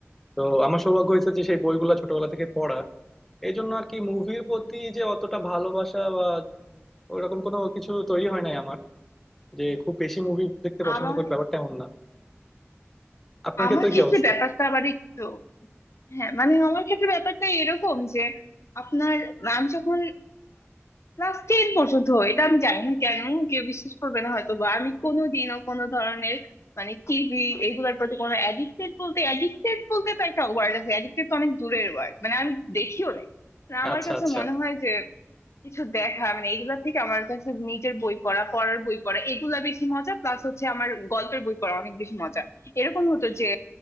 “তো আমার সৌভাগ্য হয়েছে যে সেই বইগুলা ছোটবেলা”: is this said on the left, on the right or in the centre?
Centre